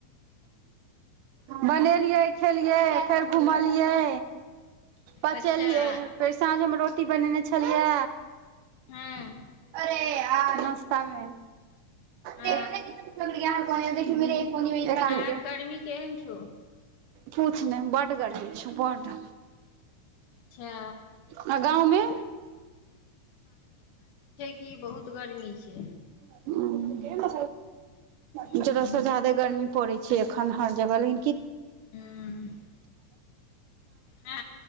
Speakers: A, on the right; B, on the left.
A: बनेलियै खेलियै फेर घूमल कलियै पचलिय
B: अच्छा
A: साँझो मे रोटी बनेने छलियै
B: हँ
A: अरे आ नस्तमे
B: अ
A: तऽ कपहर कोन लऽ?
B: आर गर्मी केहन छौ
A: किछु नहि बड्ड गरीमी छौ बड्ड
B: अच्छा
A: ह गाममे
B: की बहुत गरमी छै
A: ह ब
B: हूँ
A: त जरुवत ज्यादा ह गर्मी पड़ै छै अखन हर जगह ल
B: ह आ